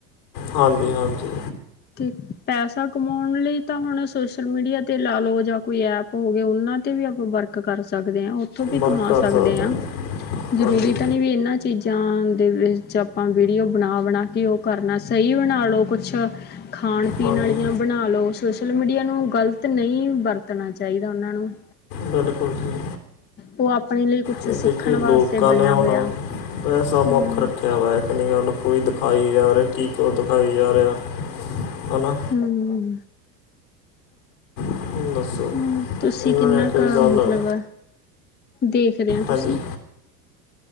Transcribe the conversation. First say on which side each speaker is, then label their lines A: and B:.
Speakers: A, on the left; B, on the left.
A: ਹਾਂਜੀ-ਹਾਂਜੀ।
B: ਤੇ ਪੈਸਾ ਕਮਾਉਣ ਵੇਲੇ ਤਾਂ ਹੁਣ ਸੋਸ਼ਲ ਮੀਡੀਆ ਤੇ ਲਾ ਲਓ ਜਾਂ ਕੋਈ ਐਪ ਹੋ ਗਏ ਉਹਨਾਂ ਤੇ ਵੀ ਆਪਾਂ ਵਰਕ ਕਰ ਸਕਦੇ ਹਾਂ। ਉੱਥੋਂ ਵੀ
A: ਵਰਕ
B: ਕਮਾ
A: ਕਰ
B: ਸਕਦੇ
A: ਸਕਦਾ
B: ਆ, ਜਰੂਰੀ
A: ਹਾਂਜੀ
B: ਤਾਂ ਨੀ ਵੀ ਇਹਨਾਂ ਚੀਜ਼ਾਂ ਦੇ ਵਿੱਚ ਆਪਾਂ ਵੀਡੀਓ ਬਣਾ -ਬਣਾ ਕੇ ਓ ਕਰਨਾ, ਸਹੀ ਬਣਾ ਲਉ ਕੁਛ। ਖਾਣ-ਪੀਣ
A: ਹਾਂਜੀ
B: ਆਲੀਆਂ ਬਣਾ ਲਓ, ਸੋਸ਼ਲ ਮੀਡੀਆ ਨੂੰ ਗ਼ਲਤ ਨਈ ਵਰਤਣਾ ਚਾਹੀਦਾ ਉਹਨਾਂ ਨੂੰ।
A: ਬਿਲਕੁਲ ਜੀ।
B: ਉਹ ਆਪਣੇ ਲਈ ਕੁਛ
A: ਤੇ
B: ਸਿੱਖਣ
A: ਦੇਖੀ
B: ਵਾਸਤੇ
A: ਲੋਕਾਂ
B: ਬਣਿਆ
A: ਨੇ ਹੁਣ
B: ਹੋਇਆ
A: ਪੈਸਾ
B: ਹਮ
A: ਮੁੱਖ ਰੱਖਿਆ ਕ ਵਾਕ ਨਹੀਂ ਗੱਲ ਕੋਈ ਦਿਖਾਈ ਜਾ ਰਿਹਾ, ਕੀ ਕੁਝ ਦਿਖਾਈ ਜਾ ਰਿਹਾ ਹਨਾ
B: ਹਮ।
A: ਹੁਣ ਦੱਸੋ
B: ਹਮ ਤੁਸੀਂ
A: ਇਹਨਾਂ
B: ਕਿੰਨਾ
A: ਨੇ ਕੋਈ
B: ਕੁ
A: ਸਾਨੂੰ
B: ਮਤਲੱਬ ਦੇਖਦੇ ਓ
A: ਹਾਂਜੀ
B: ਤੁਸੀਂ?